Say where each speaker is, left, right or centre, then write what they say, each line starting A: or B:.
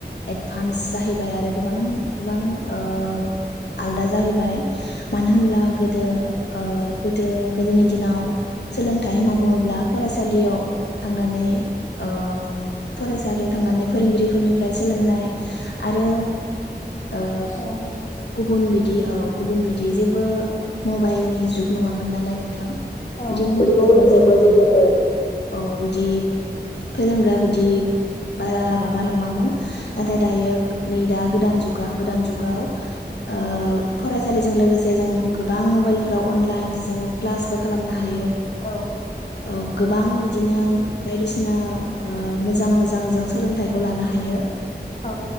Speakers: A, on the left; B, on the left.
A: एडभान्स जाहैबाय आरो गोबां गोबां ओ आलदा जाहैबाय मानो होनब्ला गोदो ओ गोदो गोदोनि दिनाव सोलोंथाइ होनना बुङोब्ला फरायसालियाव थांनानै ओ फरायसालियाव थांनानै फोरोंगिरिफोरनिफ्राय सोलोंनाय आरो ओ
B: औ
A: गुबुन बिदि औ गुबुन बिदि जेबो मबाइलनि जुग नङामोन नालाय नोंथां।
B: औ।
A: बिदि मबाइलफोरावबो
B: <unintelligible>
A: जेबो औ औ बिदि फोरोंग्रा बिदि बारा माबा नङामोन नाथाय दायो नै दा गोदान जुगा गोदान जुगाव ओ
B: औ
A: फरायसालिजों लोगोसे जे जों गोबां मबाइलफ्राव अनलाइनजों क्लासबो खालामनो हायो। <unintelligible>
B: औ
A: औ गोबां बिदिनो बायदिसिना ओ मोजां मोजां जों सोलोंथाइ खौ लानो हायो।
B: औ